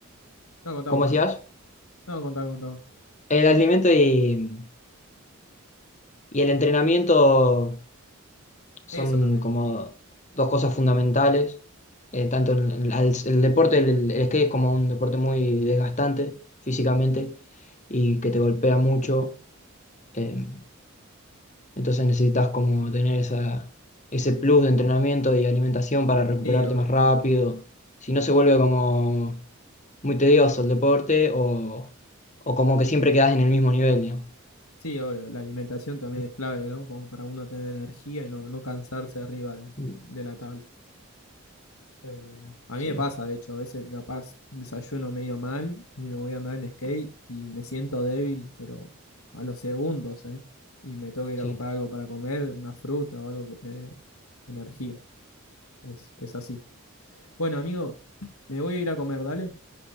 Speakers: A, on the left; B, on the left.
A: No, contá
B: ¿cómo
A: vos,
B: decías?
A: contá. No, contá, contá vos.
B: El alimento y, y el entrenamiento son
A: Eso también.
B: como dos cosas fundamentales. eh, tanto en- en- al- el, deporte, el, el skate es como un deporte muy desgastante físicamente y que te golpea mucho. em, Entonces necesitas como tener esa, ese plus de entrenamiento y alimentación para recuperarte
A: Sí, obvio,
B: más rápido.
A: obvio.
B: Si no se vuelve como muy tedioso el deporte o, o como que siempre quedas en el mismo nivel, digamos.
A: Sí, obvio. La alimentación también
B: Mm,
A: es clave, ¿no? Como para uno tener energía y no, no cansarse arriba de,
B: mm,
A: de la tabla. Eh, a
B: Sí,
A: mí me pasa, de hecho, a veces capaz desayuno medio mal y me voy a andar en skate y me siento débil, pero a los segundos, ¿eh? Y me tengo que ir
B: sí.
A: a comprar algo para comer, una fruta o algo que me dé energía. Es, es así. Bueno, amigo, me voy a ir a comer, dale.